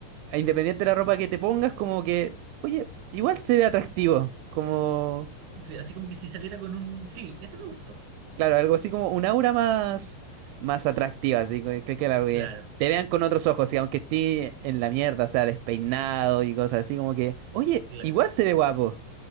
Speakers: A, on the right (about 85°); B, on the right (about 55°).
A: independiente de la ropa que te pongas, como que, oye, igual se ve atractivo, como,
B: Sí, así como que si saliera con un. Sí, ese me gustó.
A: claro, algo así como un aura más, más atractiva, así que, que- que, claro, que
B: Claro,
A: te vean con otros ojos, y aunque esté en la mierda, o sea, despeinado y cosas así, como que, oye,
B: claro.
A: igual se ve guapo.